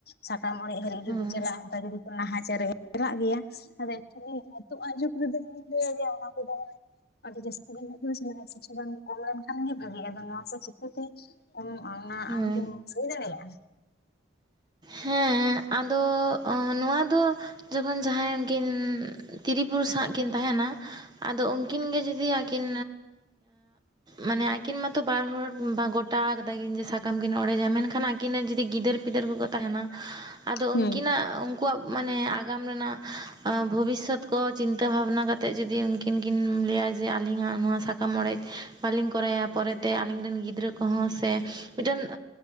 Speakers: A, on the left; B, on the right.
A: ᱥᱟᱠᱟᱢ ᱚᱲᱮᱡ ᱦᱟᱹᱨᱤᱡ ᱡᱩᱫᱤ
B: ᱦᱮᱸ
A: ᱪᱟᱞᱟᱜᱼᱟ ᱚᱱᱠᱟ ᱡᱩᱫᱤ ᱠᱚ ᱱᱟᱦᱟᱪᱟᱨᱮ ᱭᱟ ᱪᱟᱞᱟᱜ ᱜᱮᱭᱟ ᱟᱫᱚ ᱮᱠᱪᱩᱣᱟᱞᱤ ᱱᱤᱛᱳᱜ ᱟᱜ ᱡᱩᱜᱽ ᱨᱮᱫᱚ ᱤᱧ ᱫᱚᱧ ᱞᱟᱹᱭᱟ ᱚᱱᱟ ᱠᱚᱫᱚ ᱟᱫᱚ ᱡᱟᱥᱛᱤ ᱵᱟᱧ ᱢᱮᱱᱟᱜ ᱛᱟᱦᱮᱱᱟ ᱥᱮ ᱱᱚᱣᱟ ᱠᱤᱪᱷᱩ ᱜᱟᱱ ᱠᱚᱢ ᱞᱮᱱᱠᱷᱟᱱ ᱜᱮ ᱵᱷᱟᱹᱜᱤᱜᱼᱟ ᱟᱫᱚ ᱱᱚᱣᱟ ᱥᱮ ᱪᱤᱠᱟᱹᱛᱮ ᱠᱚᱢᱚᱜ-ᱟ ᱚᱱᱟ
B: ᱦᱮᱸ
A: ᱟᱢ ᱠᱤᱢ ᱥᱟᱦᱤ ᱫᱟᱲᱮᱭᱟᱜᱼᱟ?
B: ᱦᱮᱸ ᱟᱫᱚ ᱱᱚᱣᱟ ᱫᱚ ᱡᱚᱠᱷᱚᱱ ᱡᱟᱦᱟᱸᱭ ᱠᱤᱱ ᱛᱤᱨᱤ ᱯᱩᱨᱩᱥ ᱥᱟᱶ ᱠᱤᱱ ᱛᱟᱦᱮᱱᱟ, ᱟᱫᱚ ᱩᱱᱠᱤᱱ ᱜᱮ ᱡᱩᱫᱤ ᱟᱹᱠᱤᱱ ᱢᱟᱱᱮ ᱟᱹᱠᱤᱱ ᱢᱟᱛᱚ ᱵᱟᱨ ᱦᱚᱲ ᱜᱚᱴᱟ ᱠᱟᱫᱟᱠᱤᱱ ᱡᱮ ᱥᱟᱠᱟᱢ ᱠᱤᱱ ᱚᱲᱮᱡᱟ ᱢᱮᱱᱠᱷᱟᱱ ᱟᱹᱠᱤᱱ ᱨᱮᱱ ᱡᱩᱫᱤ ᱜᱤᱫᱟᱹᱨ ᱯᱤᱫᱟᱹᱨ ᱠᱚ ᱠᱚ ᱛᱟᱦᱮᱱᱟ, ᱟᱫᱚ
A: ᱦᱩᱸ
B: ᱩᱱᱠᱤᱱᱟᱜ ᱟᱠᱩᱣᱟᱜ ᱢᱟᱱᱮ ᱟᱜᱟᱢ ᱨᱮᱱᱟᱜ ᱵᱷᱚᱵᱤᱥᱚᱛ ᱠᱚ ᱪᱤᱱᱛᱟᱹ ᱵᱷᱟᱵᱱᱟ ᱠᱟᱛᱮ ᱡᱩᱫᱤ ᱩᱱ ᱩᱱᱠᱤᱱ ᱠᱤᱱ ᱞᱟᱹᱭᱟ ᱡᱮ ᱟᱹᱞᱤᱧᱟᱜ ᱱᱚᱣᱟ ᱥᱟᱠᱟᱢ ᱚᱲᱮᱡ ᱵᱟᱹᱞᱤᱧ ᱠᱚᱨᱟᱭᱟ ᱯᱚᱨᱮ ᱛᱮ ᱟᱹᱞᱤᱧ ᱨᱮᱱ ᱜᱤᱫᱽᱨᱟᱹ ᱠᱚᱦᱚᱸ ᱥᱮ ᱢᱤᱫᱴᱮᱱ